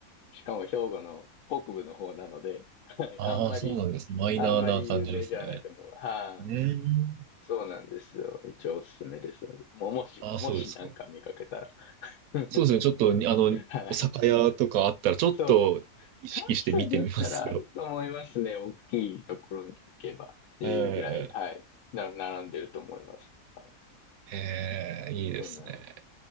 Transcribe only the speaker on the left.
い。しかも兵庫の北部の方なので、はい。
あんまり、
あんまり有名じゃないと思う。はい。
そうなんですよ。一応おすすめです。もう、もし、
もしなんか見かけたら。
<laughs>
はい。
そう。関西だったらあると思いますね。大きいところに行けばっていうぐらい、
はい。な、並んでると思います。はい
そうなんです。